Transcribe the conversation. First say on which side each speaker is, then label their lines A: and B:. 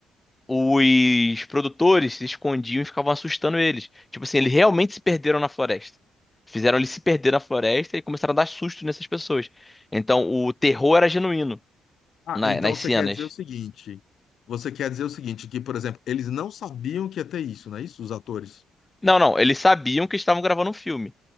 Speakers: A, on the left (about 20°); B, on the left (about 60°).
A: os produtores se escondiam e ficavam assustando eles. Tipo assim, eles realmente se perderam na floresta. Fizeram eles se perder na floresta e começaram a dar susto nessas pessoas. Então, o terror era genuíno
B: ah,
A: na-
B: então
A: nas
B: você
A: cenas.
B: quer dizer o seguinte, você quer dizer o seguinte, que, por exemplo, eles não sabiam que ia ter isso, não é isso? Os atores.
A: Não, não, eles sabiam que estavam gravando um filme.